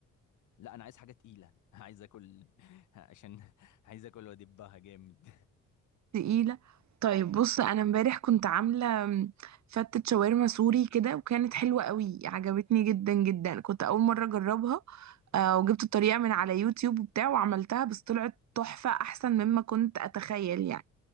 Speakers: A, on the left; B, on the right.
A: لا انا عايز حاجه تقيله <laughs> عايز اكل <laughs> عشان عايز اكل وادبها جامد
B: تقيلة طيب بص انا امبارح كنت عاملة مم، فتة شاورما سوري كده وكانت حلوة قوي عجبتني جدا جدا كنت اول مرة اجربها آه وجبت الطريقة من على يوتيوب وبتاع وعملتها بس طلعت تحفة احسن مما كنت اتخيل يعني